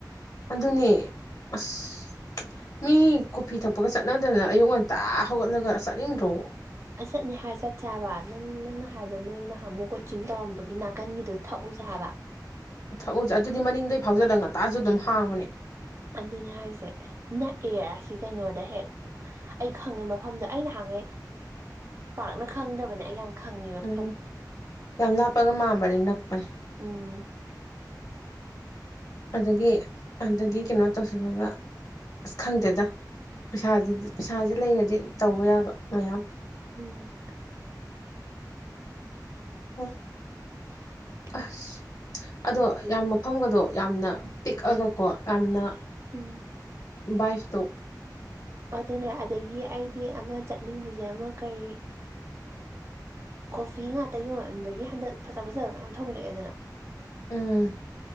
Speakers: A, on the left; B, on the right.
A: ꯑꯗꯨꯅꯦ ꯑꯁ ꯃꯤ ꯀꯣꯐꯤ ꯊꯛꯄꯒ ꯆꯠꯅꯗꯅ ꯑꯌꯨꯛ ꯉꯟꯇꯥ ꯍꯧꯒꯠꯂꯒ ꯆꯠꯅꯤꯡꯗ꯭ꯔꯣ
B: ꯑꯥ ꯆꯠꯅꯤ ꯍꯥꯏꯔ ꯆꯠꯁꯦ ꯍꯥꯏꯕ ꯅꯪ ꯅꯪꯅ ꯍꯥꯏꯕ ꯅꯣꯏ ꯅꯍꯥꯃꯨꯛ ꯀꯣꯆꯤꯡ ꯇꯧꯔꯝꯕꯒꯤ ꯅꯥꯀꯟꯒꯤꯗꯣ ꯊꯛꯎꯁꯦ ꯍꯥꯏꯕ
A: ꯊꯛꯎꯁꯦ ꯑꯗꯨꯗꯤ ꯃꯅꯤꯡꯗꯩ ꯐꯥꯎꯖꯜꯂꯛ ꯉꯇꯥꯁꯨ ꯑꯗꯨꯝ ꯍꯥꯡꯕꯅꯦ
B: ꯑꯗꯨꯅ ꯍꯥꯏꯁꯦ ꯅꯛꯑꯦ ꯁꯤ ꯀꯩꯅꯣꯗ ꯍꯦꯛ ꯑꯩ ꯈꯪꯉꯦ ꯃꯐꯝꯗ ꯑꯩꯅ ꯍꯥꯡꯉꯦ ꯄꯥꯛꯅ ꯈꯪꯗꯕꯅꯦ ꯑꯩ ꯌꯥꯝ ꯈꯪꯉꯦ ꯃꯐꯝ
A: ꯎꯝ ꯌꯥꯝ ꯂꯥꯞꯄꯒ ꯃꯥꯟꯕꯅꯦ ꯅꯛꯄꯅꯦ
B: ꯎꯝ
A: ꯑꯗꯒꯤ ꯑꯗꯒꯤ ꯀꯩꯅꯣ ꯇꯧꯁꯤꯜꯂꯒ ꯑꯁ ꯈꯪꯗꯦꯗ ꯄꯩꯁꯥ ꯄꯩꯁꯥꯁꯦ ꯂꯩꯔꯗꯤ ꯇꯧꯕ ꯌꯥꯕ ꯃꯌꯥꯝ
B: ꯎꯝ
A: ꯍꯣꯏ
B: <inaudible>
A: ꯑꯁ ꯑꯗꯣ ꯌꯥꯝ ꯃꯐꯝꯒꯗꯣ ꯌꯥꯝꯅ ꯄꯤꯛꯑꯒꯀꯣ ꯌꯥꯝꯅ
B: ꯎꯝ
A: ꯚꯥꯏꯐꯇꯣ
B: ꯑꯗꯨꯅꯦ ꯑꯗꯒꯤ ꯑꯩꯗꯤ ꯑꯃ ꯆꯠꯅꯤꯡꯂꯤꯁꯦ ꯑꯃ ꯀꯔꯤ ꯀꯣꯐꯤ ꯉꯥꯛꯇ ꯌꯣꯟꯕꯒꯤ ꯍꯟꯗꯛ ꯐꯖ ꯐꯖꯕ ꯃꯌꯥꯝ ꯊꯣꯛꯂꯛꯑꯦꯗꯅ
A: ꯎꯝ